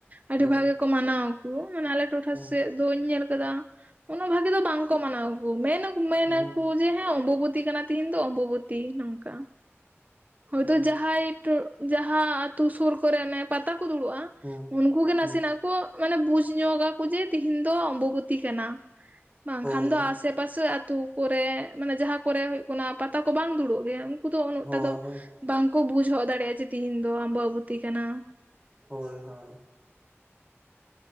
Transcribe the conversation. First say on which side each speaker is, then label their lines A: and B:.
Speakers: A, on the right; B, on the right.
A: ᱟᱹᱰᱤ
B: ᱦᱳᱭ
A: ᱵᱷᱟᱜᱮ ᱠᱚ ᱢᱟᱱᱟᱣᱟ ᱠᱚ ᱢᱟᱱᱮ ᱟᱞᱮ ᱴᱚᱴᱷᱟ
B: ᱦᱩᱸ
A: ᱥᱮᱫ ᱫᱚᱧ ᱧᱮᱞ ᱠᱟᱫᱟ ᱩᱱᱟᱹᱜ ᱵᱷᱟᱜᱤ ᱫᱚ ᱵᱟᱝᱠᱚ ᱢᱟᱱᱟᱣᱟᱠᱚ ᱢᱮᱱᱟ ᱠᱩ ᱢᱮᱱᱟ
B: ᱦᱩᱸ
A: ᱠᱩ ᱦᱮᱸ ᱚᱢᱚᱵᱚᱛᱤ ᱠᱟᱱᱟ ᱛᱤᱦᱤᱧ ᱫᱚ ᱚᱢᱚᱵᱚᱛᱤ ᱱᱚᱝᱠᱟ
B: ᱦᱳᱭ
A: ᱦᱳᱭᱛᱚ ᱡᱟᱦᱟᱸᱭ ᱴᱚ ᱡᱟᱦᱟᱸ ᱟᱛᱩ ᱥᱩᱨ ᱠᱚᱨᱮ ᱚᱱᱮ ᱯᱟᱛᱟ ᱠᱚ ᱫᱩᱲᱩᱵᱼᱟ
B: ᱦᱩᱸ
A: ᱩᱱᱠᱩ ᱜᱮ
B: ᱦᱩᱸ
A: ᱱᱟᱥᱮᱱᱟᱜ ᱠᱚ ᱢᱟᱱᱮ ᱵᱩᱡ ᱧᱚᱜᱟ ᱠᱚ ᱡᱮ ᱛᱤᱦᱤᱧ ᱫᱚ ᱚᱢᱚᱵᱩᱛᱤ ᱠᱟᱱᱟ ᱵᱟᱝᱠᱷᱟᱱ
B: ᱦᱳᱭ
A: ᱫᱚ ᱟᱥ ᱥᱮ ᱯᱟᱥᱮ ᱟᱹᱛᱩ ᱠᱚᱨᱮ ᱢᱟᱱᱮ ᱡᱟᱦᱟᱸ ᱠᱚᱨᱮ ᱦᱩᱭᱩᱜ ᱠᱟᱱᱟ ᱯᱟᱛᱟ ᱠᱚ ᱵᱟᱝ ᱫᱩᱲᱩᱵ ᱜᱮᱭᱟ ᱩᱱᱠᱩ ᱫᱚ ᱩᱱᱟᱹᱜ
B: ᱦᱳᱭ
A: ᱴᱟ ᱫᱚ
B: ᱦᱳᱭ
A: ᱵᱟᱝᱠᱚ ᱵᱩᱡᱽ ᱦᱚᱜ ᱫᱟᱲᱮᱭᱟᱜᱼᱟ ᱡᱮ ᱛᱤᱦᱤᱧ ᱫᱚ ᱟᱢᱚᱵᱚᱛᱤ ᱠᱟᱱᱟ
B: ᱦᱳᱭ ᱦᱳᱭ